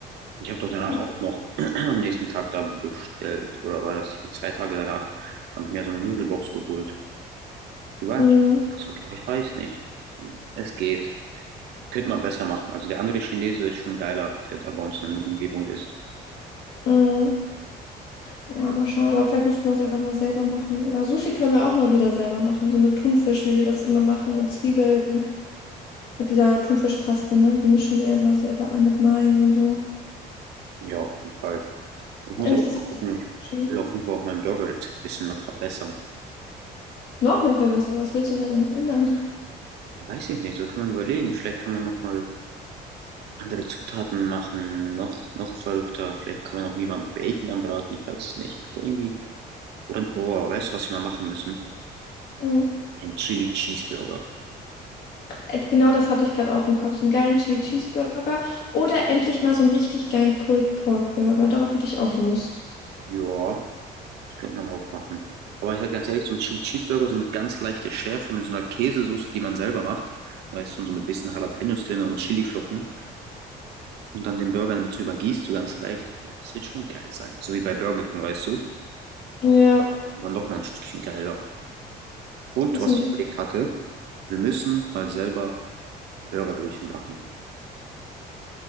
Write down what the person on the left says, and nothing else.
Ja.
Mm,
mm. Ja, mal schauen. Oder vielleicht müssen wir es einfach mal selber machen. Oder Sushi können wir auch mal wieder selber machen. So mit Thunfisch, wie wir das immer machen und Zwiebeln. Mit dieser Thunfischpaste, ne? Die mischen wir ja immer selber an mit Mayo und so.
Das
ist eigentlich
das
beste
Sushi.
Noch mehr verbessern. Was willst du da denn noch ändern?
Mhm.
Äh, Genau das hatte ich gerade auch im Kopf. So einen geilen Chili Cheeseburger oder endlich mal so einen richtig geilen Pulled Pork Burger. Darauf hätte ich auch Lust.
Ja,
das
sind-